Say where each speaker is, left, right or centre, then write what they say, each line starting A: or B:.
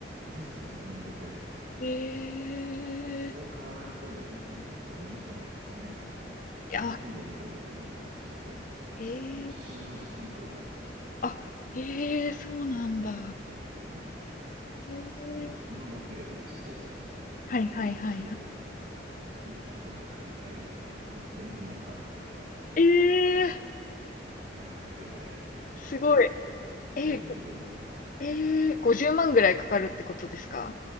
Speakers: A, on the right; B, on the left.
A: そうそうそう、もうでっかいやつ。
B: ええ。い
A: を買わないと逆にそのセンサーを目いっぱいまで使えないんでね。
B: や、
A: 安いレンズを逆に買っちゃうと、
B: ええ、
A: その写真の端っこが黒くなっちゃうっ
B: あ、ええ、そうなんだ。
A: ていうのがあって、そうすの、
B: ええ、
A: 今持ってるやつがちっちゃいやつだから、その、
B: はいはいはいはい。
A: フルサイズじゃないやつ。だからフルサイズを買い替えるってなるともうレンズまで買わなきゃいけないから、
B: ええ、
A: いや、なかなか手が出ないっていうのがあって、
B: すごい。ええ、
A: 買えずにいるんだけど、
B: ええ、50万ぐらいかかるってことですか？